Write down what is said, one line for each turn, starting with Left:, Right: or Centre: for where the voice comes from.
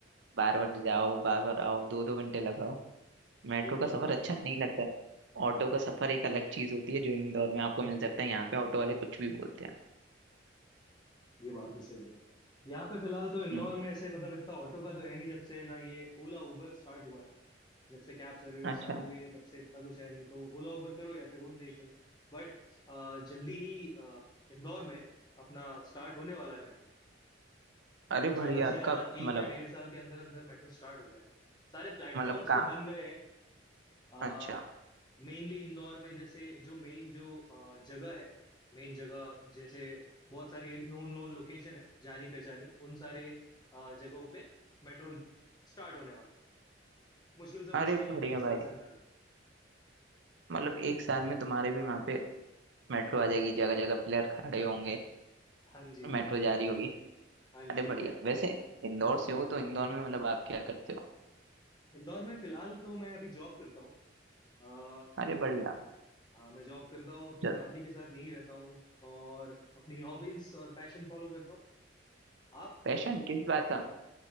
Right: बार बार
Left: ये
Right: जाओ
Left: बात
Right: बार बार आओ दो दो घंटे लगाओ मेट्रो
Left: ये
Right: का
Left: बात
Right: सफर
Left: भी सही
Right: अच्छा
Left: है
Right: नहीं लगता है ऑटो का सफर एक अलग चीज होती है जो इंदौर में आपको मिल सकता है यहाँ पे ऑटो वाले कुछ भी बोलते हैं
Left: ये बात भी सही है यहाँ पे फिलहाल तो इंदौर
Right: हम्म
Left: में ऐसे मतलब इतना ऑटो का तो है नहीं जब से ना ये ओला उबर स्टार्ट हुआ है जब से कैब सर्विस
Right: अच्छा
Left: चालू हुई है तब से इतना कुछ है नहीं तो ओला उबर करो या फिर ओन व्हीकल बट जल्दी ही अ, इंदौर में अपना स्टार्ट होने वाला है मेट्रो
Right: अरे
Left: ज्यादा
Right: बढ़िया
Left: से ज्यादा
Right: कब मतलब
Left: एक या डेढ़ साल के अंदर अंदर मेट्रो स्टार्ट हो जाएगा सारे प्लेटफॉर्म्स
Right: मतलब का
Left: तो बन गए हैं
Right: अच्छा
Left: मेनली इंदौर में जैसे जो मेन जो अ, जगह है मेन जगह जैसे बहुत सारी नोन नोन लोकेशन है जानी पहचानी उन सारे अ, जगहों पे मेट्रो स्टार्ट होने वाला है मुश्किल से मुश्किल
Right: अरे बढ़िया
Left: एक साल
Right: भाई
Left: से अंदर अंदर
Right: मतलब एक साल में तुम्हारे भी वहाँ पे मेट्रो आ जाएगी जगह जगह पिलर खड़े होंगे
Left: हाँ जी
Right: मेट्रो जा रही होगी
Left: हाँ
Right: अरे
Left: जी
Right: बढ़िया
Left: करेक्ट
Right: वैसे इंदौर से हो तो इंदौर में मतलब आप क्या करते हो
Left: इंदौर में फिलहाल तो मैं अभी जॉब करता हूँ अ,
Right: अरे बढ़िया
Left: हाँ मैं जॉब करता हूँ अपनी
Right: चल
Left: फैमिली के साथ यहीं रहता हूँ और अपनी हॉबीज और पैशन फॉलो करता हूँ आप
Right: पैशन किस बात का